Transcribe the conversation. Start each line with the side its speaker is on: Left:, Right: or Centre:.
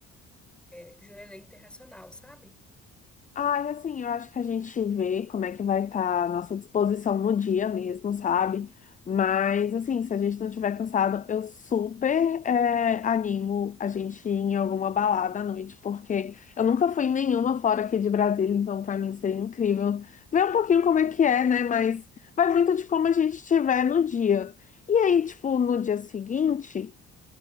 Centre: é, Jurerê Internacional, sabe?
Left: ai assim, eu acho que a gente vê como é que vai estar a nossa disposição no dia mesmo, sabe? Mas, assim, se a gente não tiver cansado, eu super é, animo a gente ir em alguma balada à noite, porque eu nunca fui em nenhuma fora aqui de Brasília, então pra mim seria incrível ver um pouquinho como é que é, né? Mas vai muito de como a gente estiver no dia. E aí, tipo, no dia seguinte.